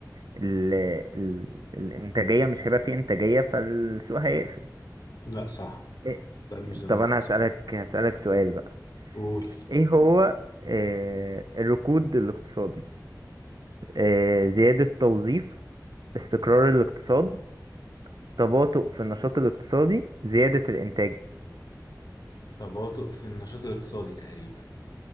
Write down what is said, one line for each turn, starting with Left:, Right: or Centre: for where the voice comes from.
Right: ال... ال... الانتاجية مش هيبقى فيه انتاجية فالسوق هيقفل
Left: لا صح
Right: إيه-
Left: لا مش ده المقصود
Right: طب انا هسألك هسألك سؤال بقى
Left: قول
Right: ايه هو آه، الركود الاقتصادي آه، زيادة توظيف استقرار الاقتصاد تباطؤ في النشاط الاقتصادي زيادة الإنتاج
Left: تباطؤ في النشاط الاقتصادي تقريبا